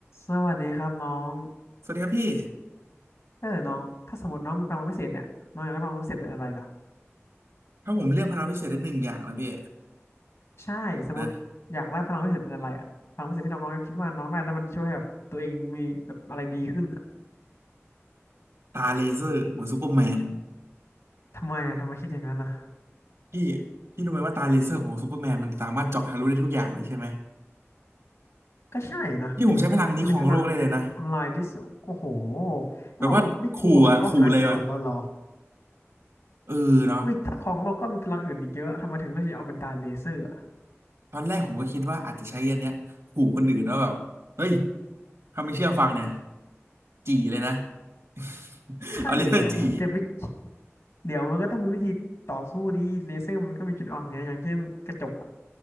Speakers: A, on the left; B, on the right.
A: สวัสดีครับน้อง
B: สวัสดีครับพี่
A: เออน้องถ้าสมมติน้องมีพลังพิเศษเนี่ยน้องอยากได้พลังพิเศษเป็นอะไรเหรอ
B: ถ้าผมเลือกพลังพิเศษได้หนึ่งอย่างนะพี่
A: ใช่สมมติอยากได้พลังพิเศษเป็นอะไรอะพลังพิเศษที่น้องน้องคิดว่าน้องได้แล้วมันช่วยให้แบบตัวเองมีแบบอะไรดีขึ้นอะ
B: นะตาเลเซอร์เหมือนซูเปอร์แมน
A: ทำไมอะทำไมคิดอย่างนั้นอะ
B: พี่พี่รู้ไหมว่าตาเลเซอร์ของซูเปอร์แมนมันสามารถเจาะทะลุได้ทุกอย่างเลยใช่ไหม
A: ก็ใช่นะ
B: พี่ผมใช้พลังนี้ของโลกได้เลยนะ
A: มันมีพลังทำลายที่สุดโอ้โห
B: แบบว่าขู่อ่ะขู่เลยเลย
A: เราแบบไม่กลัวแบบเขาหาจุดอ่อนเราเหรอ
B: เออเนาะ
A: อุ้ยถ้าของโลกก็มีพลังอื่นอีกเยอะทำไมถึงเลือกที่จะเอาเป็นตาเลเซอร์อะ
B: ตอนแรกผมก็คิดว่าอาจจะใช้อันเนี้ยขู่คนอื่นว่าแบบเฮ้ยถ้าไม่เชื่อฟังเนี่ยจี่เลยนะ <laughs>
A: ใช่เหรอจะไป
B: เอาเลเซอร์จี่
A: เดี๋ยวมันก็ต้องมีวิธีต่อสู้ดีเลเซอร์มันก็มีจุดอ่อนไงอย่างเช่นกระจก